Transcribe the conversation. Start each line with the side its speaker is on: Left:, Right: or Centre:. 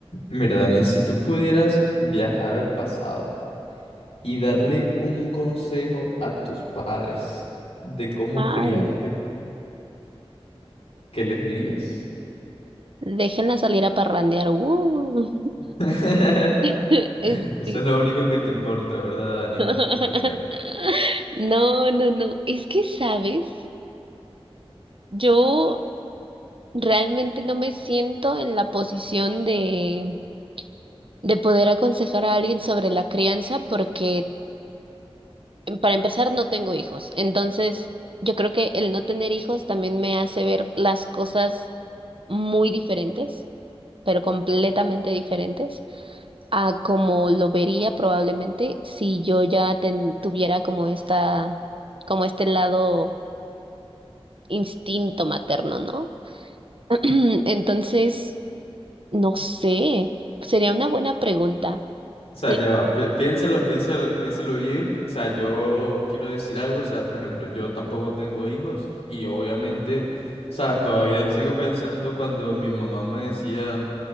Left: Mira, Dani, si tú pudieras viajar al pasado y darle un consejo a tus padres de cómo
Right: Ay,
Left: criarte, ¿qué les dirías?
Right: déjenla salir a parrandear. Uh.
Left: <laughs>
Right: <laughs> Este,
Left: Eso es lo único que te importa, ¿verdad, Dani?
Right: <laughs>
Left: Qué feo.
Right: No, no, no. Es que, ¿sabes? Yo realmente no me siento en la posición de, de poder aconsejar a alguien sobre la crianza porque, para empezar, no tengo hijos. Entonces, yo creo que el no tener hijos también me hace ver las cosas muy diferentes, pero completamente diferentes. a como lo vería probablemente si yo ya ten- tuviera como esta, como este lado instinto materno, ¿no? <clears throat> Entonces, no sé, sería una buena pregunta.
Left: O sea,
Right: Sí.
Left: ya va, pi- piénsalo, piénsalo, piénsalo bien. O sea, yo quiero decir algo, o sea, por ejemplo, yo tampoco tengo hijos y obviamente, sabes, todavía sigo pensando cuando mi mamá me decía,